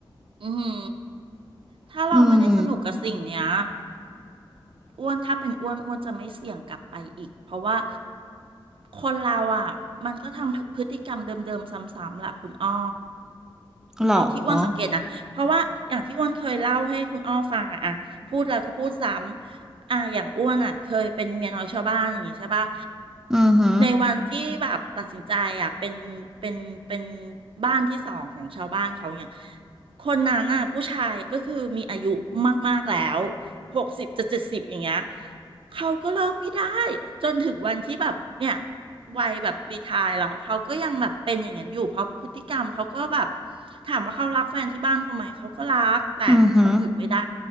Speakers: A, on the right (about 70°); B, in the centre.
A: อือหือถ้าเราไม่ได้สนุกกับสิ่งเนี้ย
B: อืม
A: อ้วนถ้าเป็นอ้วนอ้วนจะไม่เสี่ยงกลับไปอีกเพราะว่าคนเราอ่ะมันก็ทำพฤติกรรมเดิมๆซ้ำๆแหละคุณอ้อ
B: หรอ
A: เท่าที่อ้วนสังเกตนะเพราะว่าอย่างที่อ้วนเคยเล่าให้คุณอ้อฟังอะอะพูดแล้วก็พูดซ้ำ อ่ะอย่างอ้วนอะเคยเป็นเมียน้อยชาวบ้านอย่างงี้ใช่ปะ
B: อือหือ
A: ในวันที่แบบตัดสินใจอะเป็นเป็นเป็นบ้านที่สองของชาวบ้านเขาเนี่ยคนนั้นน่ะผู้ชายก็คือมีอายุมากๆแล้วหกสิบจะเจ็ดสิบอย่างเงี้ยเขาก็เลิกไม่ได้จนถึงวันที่แบบเนี่ยวัยแบบรีไทร์แล้วเขาก็ยังแบบเป็นอย่างนั้นอยู่เพราะพฤติกรรมเขาก็แบบ ถามว่าเขารักแฟนที่บ้านเขาไหมเขาก็รักแต่เขาหยุดไม่ได้
B: อือหือ